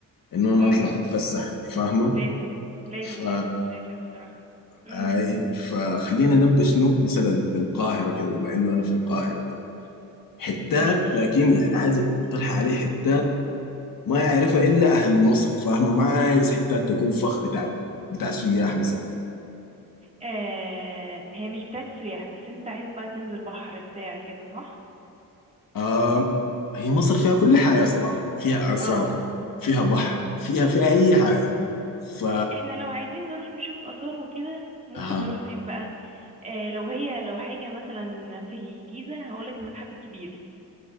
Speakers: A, on the left (about 75°); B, on the right (about 20°).
A: إنه أنا
B: امم
A: أطلع أتفسح أنت فاهمة؟
B: لازم لازم
A: ف
B: لازم تسافر بصراحة امم
A: أي فخلينا نبدأ شنو مثلا بالقاهرة كده بما إنه أنا في القاهرة كده حتات
B: ماشي
A: لكن يعني عايزك تقترح عليه حتات ما يعرفها الا اهل مصر فاهمه ما عايز حتات تكون فخ بتاع بتاع سياح مثلا
B: آه هي مش بتاعت سياح بس انت عايز بقى تنزل بحر بتاع كده صح
A: آه هي مصر فيها كل حاجه صراحه فيها اثار
B: اه
A: فيها بحر فيها فيها اي حاجه ف
B: احنا لو عايزين نروح نشوف آثار وكده ممكن
A: اها
B: نروح فين بقى آه لو هي لو حاجة مثلا في الجيزة هقولك المتحف الكبير